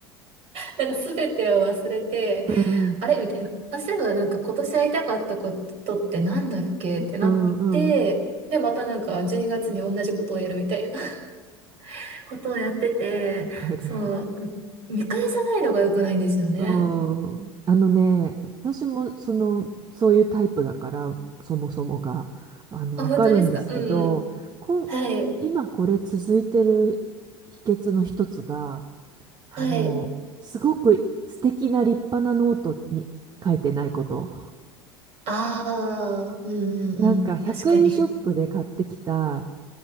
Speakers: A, on the right (about 50°); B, on the right (about 30°).
A: なんか全てを忘れて、
B: うん、うん、
A: あれみたいな。あ、そういえばなんか今年会いたかったことってなんだっけってなって、
B: うんうん
A: で、またなんか12月にがつに同じことをやるみたいな <laughs> ことをやってて、
B: わかる。
A: そう、見返さないのが良くないんですよね。
B: うん。あのね、私もその、そういうタイプだから、そもそもが、あの、
A: あ、
B: わかるんですけど、
A: 本当ですかうんうん。
B: こん、
A: はい。
B: 今これ続いてる秘訣の一つが、
A: はい。
B: あの、すごく素敵な立派なノートに書いてないこと。
A: ああ、うんうんうん。
B: なんか100円ショップで買ってきた、
A: 確かに。<laughs>